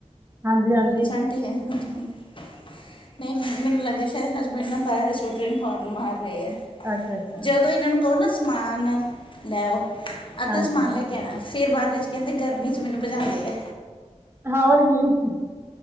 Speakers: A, on the right; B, on the left.
A: ਹਾਂਜੀ ਹਾਂਜੀ
B: ਅੱਛਾ ਆਂਟੀ ਏ ਹਹਅਹ ਨਈ - ਨਈ ਮੈਨੂੰ ਲਗੇਗਾ ਸ਼ਾਇਦ ਹਸਬੈਂਡ ਨਾ ਬਾਰ ਸਕੂਟਰਰੀ ਹਰਨ ਮਾਰ ਰੇ ਐ
A: ਅੱਛਾ ਅੱਛਾ
B: ਜਦੋਂ ਏਨਾਂ ਨੂੰ ਕੋ ਨਾ ਸਮਾਨ ਲੈ ਔ ਅੱਧਾ
A: ਹਾਂਜੀ
B: ਸਮਾਨ ਲੈ ਕੇ ਆਨਾ ਫੇਰ ਬਾਅਦ ਵਿੱਚ ਕੈਂਦੇ ਗਰਮੀ ਚ ਮੈਨੂੰ ਪਜਾਦੇ ਐ
A: ਹਾਂ ਹੋਰ ਕੀ ਅਹਹਅ